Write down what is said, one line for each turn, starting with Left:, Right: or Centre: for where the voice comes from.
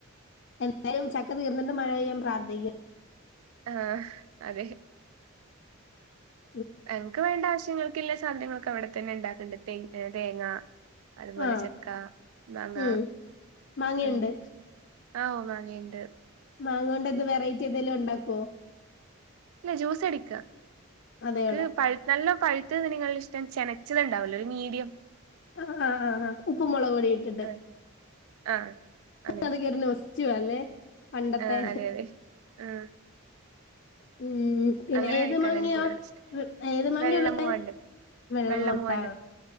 Left: എന്തായാലും ചക്ക തീർന്നിട്ട് മഴ പെയ്യാൻ പ്രാർത്ഥിക്കുക
Right: ആഹ അതെ
Left: അ
Right: എങ്ങക്ക് വേണ്ട ആവശ്യങ്ങൾക്കല്ല സാധനങ്ങളൊക്കെ അവിടെ തന്നെ ഉണ്ടാക്കണ്ട് ത തേങ്ങ അതുപോലെ
Left: ആ
Right: ചക്ക മാങ്ങ
Left: ഉം മാങ്ങയുണ്ട്
Right: ഉം ആ മാങ്ങ ഉണ്ട്
Left: മാങ്ങണ്ട് എന്ത് വെറൈറ്റി എന്തെങ്കിലും ഉണ്ടാക്കുവോ
Right: ഇല്ല ജ്യൂസ് എടിക്ക
Left: അതേയുള്ള
Right: ഇക് പാഴ് നല്ല പഴുത്ത നിങ്ങങ്ങളുടെ ഇഷ്ടം ചെനച്ചത് ഉണ്ടാവല്ലോ ഒരു മീഡിയം
Left: ആ ആ് ആ് ആ് ഉപ്പും മുളക് പൊടി ഇട്ടിട്ട്
Right: ആഹ് ആഹ് അങ്ങനെ
Left: അത് കേറി നെസ്റ്റോ അല്ലേ പണ്ടത്തെ
Right: ആഹ് അതെ അതെ ആഹ്
Left: ഉം പിന്നെ
Right: അങ്ങനെ
Left: ഏത്
Right: കഴിക്കാനാണ്
Left: മാങ്ങയാ
Right: എനിക്ക് കൂടുതൽ ഇഷ്ടം
Left: ഏത് മാങ്ങയ
Right: വെള്ള
Left: ഉള്ള
Right: മൂവാണ്ടൻ
Left: വെള്ളമ
Right: വെള്ള മൂവാണ്ടൻ